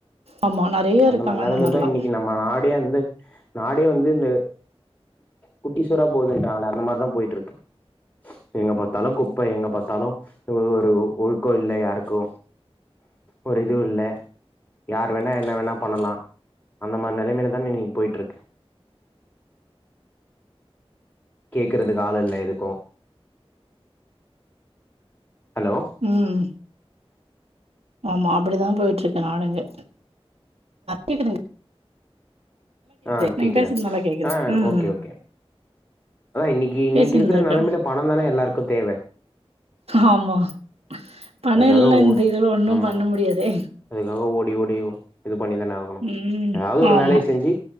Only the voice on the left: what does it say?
அந்த
மாரி நெலமையில்
தா இன்னைக்கி நம்ம நாடே வந்த நாடே வந்து இந்த குட்டி சுவரா போதுன்றாங்ளே அந்த மாரிதா போயிட்டு இருக்கு எங்க பாத்தாலு குப்ப எங்க பாத்தாலு ஒரு ஒரு ஒழுக்கோ இல்ல யாருக்கு ஒரு இதுவு இல்ல யார் வேணா என்ன வேணா பண்ணலா அந்த மாரி நெலமைல தானே இன்னிக்கி போயிட்டு இருக்கு கேக்கறக்கு ஆளு இல்ல எதுக்கோ ஹலோ
ஆ
கேக்குதா
ஆ
ஓகே ஓகே அதா இன்னிக்கி இன்னிக்கி
இருக்கற
நெலமையில பணோ தானே எல்லாருக்கு தேவ
அதுக்காக
ஓ
ஆமா
அதுக்காக ஓடி ஓடியு இது பண்ணிதானே ஆகணு
ஏதாவது ஒரு
வேலய செஞ்சு